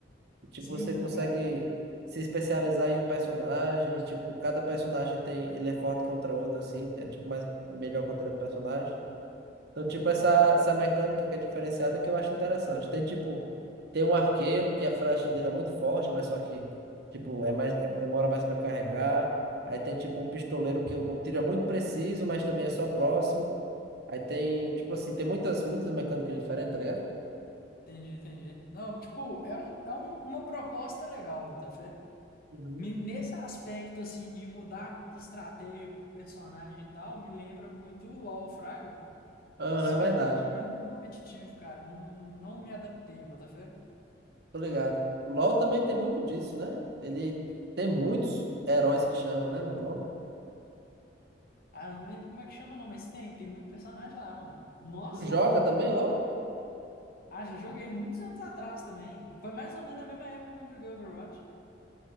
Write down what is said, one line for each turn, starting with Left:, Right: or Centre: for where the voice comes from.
Right: Tipo,
Left: Sim,
Right: você
Left: tô
Right: consegue
Left: ligado.
Right: se especializar em um personagem, tipo, cada personagem tem, ele é forte contra outro, assim, é tipo mais, melhor contra outro personagem. Então, tipo, essa, essa mecânica que é diferenciada que eu acho interessante. Tem, tipo, tem um arqueiro que a flecha dele é muito forte, mas só que, tipo, é mais, é- demora mais para carregar. Aí tem, tipo, um pistoleiro que o tiro é muito preciso, mas também é só próximo. Aí tem, tipo assim, tem muitas, muitas mecânicas diferentes, tá ligado?
Left: Entendi, entendi. Não, tipo, é, um, é um- uma proposta legal, Botafé.
Right: Uhum.
Left: Me- Nesse aspecto, assim, de mudar muita estratégia por personagem e tal, me lembra muito o LoL, Fraga.
Right: Aham,
Left: Só
Right: é verdade.
Left: que também é muito competitivo, cara. Não, não me adaptei, Botafé.
Right: Tô ligado. O LoL também tem muito disso, né? Ele tem muitos heróis que chamam, né, no LoL.
Left: Ah, eu não lembro como é que chama, não, mas tem, tem muito personagem lá, mano. Nossa,
Right: Tu joga
Left: ou.
Right: também, LoL?
Left: Ah, já joguei muitos anos atrás também. Foi mais ou menos na mesma época que eu joguei Overwatch.